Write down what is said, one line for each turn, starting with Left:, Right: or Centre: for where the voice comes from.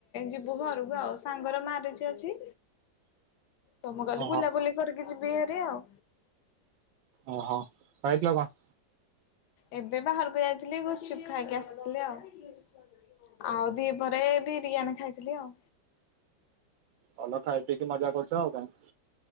Left: ଯିବୁ ଘରକୁ ଆଉ ସାଙ୍ଗର ମ୍ୟରେଜ୍ ଅଛି। ତମ ଗଲି
Right: ଓହୋ
Left: ବୁଲାବୁଲି କରିକି ଯିବି ହାରି ଆଉ।
Right: ଓହୋ ଖାଇଥିଲ କନ୍?
Left: ଏବେ ବାହାରକୁ ଯାଇଥିଲି ଗୁଚୁପ ଖାଇକି ଆସିଥିଲି ଆଉ। ଆଉ ଦି ପରେ ବିରିୟାନି ଖାଇଥିଲି ଆଉ।
Right: ଭଲ ଖାଇ ପିକି ମଜା କରୁଛ ଆଉ କଣ?